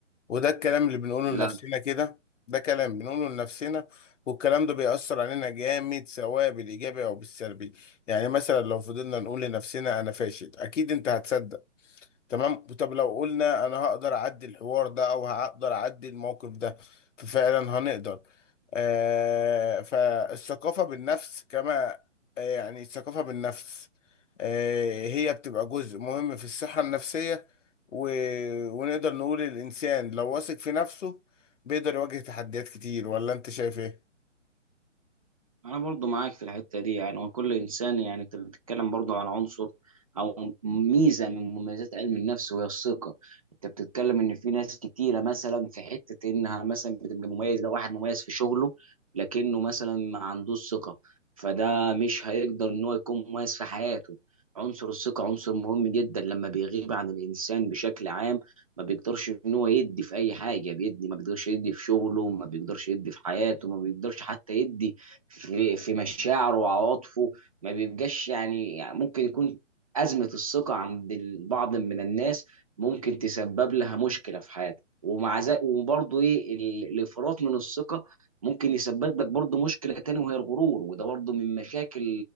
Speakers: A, on the left (about 75°); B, on the right (about 30°).
A: وده الكلام اللي بنقوله
B: لا
A: لنفسنا كده ده كلام بنقوله لنفسنا والكلام ده بيأثر علينا جامد سواء بالإيجابي أو بالسلبي يعني مثلا لو فضلنا نقول لنفسنا أنا فاشل أكيد أنت هتصدق تمام طب لو قلنا انا هقدر اعدي الحوار ده او هقدر اعدي الموقف ده ففعلا هنقدر آه فالثقافة بالنفس كما آه يعني الثقافة بالنفس آه هي بتبقى جزء مهم في الصحة النفسية و... ونقدر نقول الإنسان لو واثق في نفسه بيقدر يواجه تحديات كتير ولا أنت شايف إيه؟
B: انا برضو معاك في الحته دي يعني وكل انسان يعني انت بتتكلم برضو عن عنصر او ميزه من مميزات علم النفس وهي الثقه انت بتتكلم ان في ناس كتيره مثلا في حته انها مثلا بتبقى مميزه واحد مميز في شغله لكنه مثلا ما عندوش ثقه فده مش هيقدر ان هو يكون مميز في حياته عنصر الثقه عنصر مهم جدا لما بيغيب عن الانسان بشكل عام ما بيقدرش ان هو يدي في اي حاجه بيدي ما بيقدرش يدي في شغله ما بيقدرش يدي في حياته ما بيقدرش حتى يدي في في مشاعره وعواطفه ما بيبقاش يعني, يعني ممكن يكون أزمة الثقة عند البعض من الناس ممكن تسبب لها مشكلة في حياتك ومع ذلك وبرضه ايه ال- الانفراط من الثقة ممكن يسبب لك برضه مشكلة تانية وهي الغرور وده برضه من مشاكل